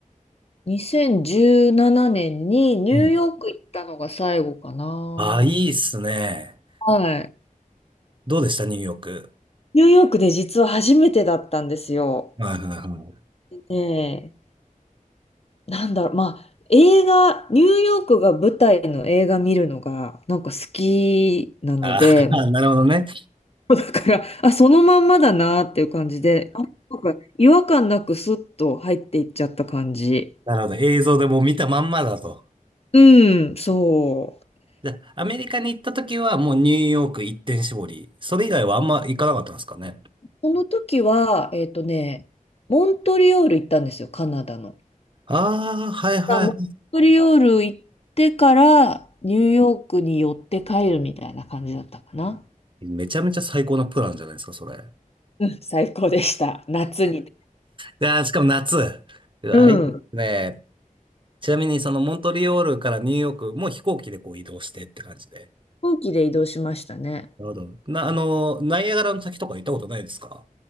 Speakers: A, on the left; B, on the right.
A: 2017年にニューヨーク行ったのが最後かな。
B: うんああいいっすね。
A: はい。
B: どうでしたニューヨーク。
A: ニューヨークで実は初めてだったんですよ。
B: はいはいはい。
A: ねえ、なんだろう、まあ、映画、ニューヨークが舞台の映画見るのが、なんか好きなので、
B: ああ、<laughs> なるほどね。
A: <laughs> だから、あ、そのまんまだなっていう感じで、あなんか違和感なくスッと入っていっちゃった感じ。
B: なるほど。映像でもう見たまんまだと。
A: うん、そう。
B: じゃあ、アメリカに行った時はもうニューヨーク一点絞り。それ以外はあんま行かなかったんですかね。
A: この時は、えっとね、モントリオール行ったんですよ、カナダの。
B: ああ、はいはい。
A: だからモントリオール行ってからニューヨークに寄って帰るみたいな感じだったかな。
B: はい。めちゃめちゃ最高なプランじゃないですか、それ。<laughs> い
A: うん最高でした。夏に。飛
B: やー、しかも夏。うわ、
A: うん。
B: いいですね。
A: 飛
B: ちなみに、そのモントリオールからニューヨークも飛行機でこう移動してって感じで。
A: 行機で移動しましたね。
B: なるほど。な、あの、ナイアガラの滝とか行ったことないですか